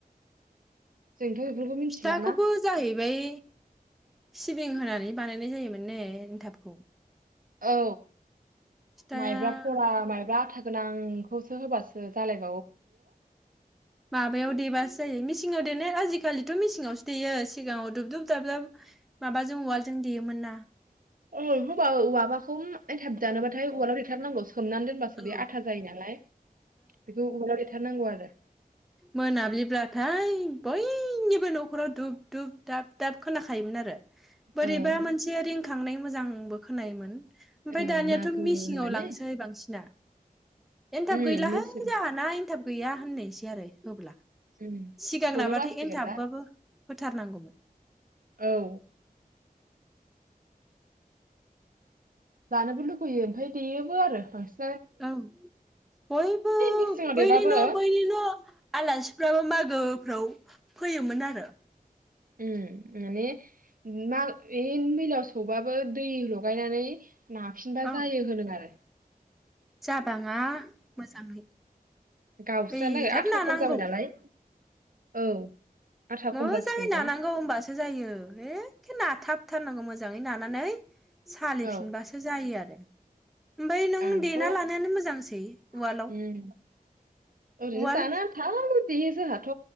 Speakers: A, on the right; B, in the centre.
A: जोंथ' बेफोरखौ मिथिलाना
B: फिथाखौबो जाहैबाय सिबिं होनानै बानायनाय जायोमोन नै एन्थाबखौ।
A: औ
B: फिथाया
A: माइब्रा भरा माइब्रा आथा गोनांखौसो होबासो जालाय
B: माबायाव देबासो जायो मिसिङाव देनाय आजिखालिथ' मिसिं सिगाङावसो देयो सिगाङाव दुब दुब दाबदाब माबाजों उवाजों देयोमोन ना
A: औ हबा‌ माबाखौ एनथाब जानोबाथाय उवालाव देथारनांगौ। सोमनानै दोनबासो
B: औ
A: बे आथा जायो नालाय बेखौ उ थारनांगौ आरो
B: मोनाब्लिब्लाथाय बयनिबो न' न'खराव धुब धुब दाब दाब खोनाखायोमोन आरो बोरैबा
A: ओं
B: मोनसे रिंखांनाय मोजां आंबो खोनायोमोन ओमफाय
A: ओं
B: दानियाथ'
A: मागो
B: मिसिंआव
A: होननानै
B: लांसै बांसिना एनथाब
A: उम
B: गैलाहाय
A: मिथि
B: जाहाना एनथाब <inaudible> आरो होब्ला
A: उम
B: सिगां
A: सौनो
B: नाबाथाय
A: बासिगोन
B: एनथाबबाबो
A: दा
B: थार नांगौमोन।
A: औ जानोबो लुगैयो ओमफाय देयोबो आरो बांसिन
B: औ बयबो
A: मिसिङाव देबाबो
B: बैनि न बैनि न आलासिफ्राबो मागोफ्राव फैयोमोन आरो
A: उम माने मा ऐ मैलाव सौबाबो दै लगायनानै नाफिनबा
B: औ
A: जायो होनो आरो
B: जाबाङा मोजाङै
A: गावस्रानो
B: बिराद
A: आथा
B: नानांगौ
A: खम जाबाय नालाय औ आथा
B: मोजाङै
A: खम जासिगोनबा
B: नानांगौ होमबासो जायो एखे नाथाब थारनांगौ मोजाङै नानानै सालिफिनबासो
A: औ
B: जायो आरो ओमफाय नों
A: आंथ'
B: देना लानायानो मोजांसै उवालाव
A: उम ओरैनो
B: उवाल
A: जानो आन्थाल' देयो जाहाथ'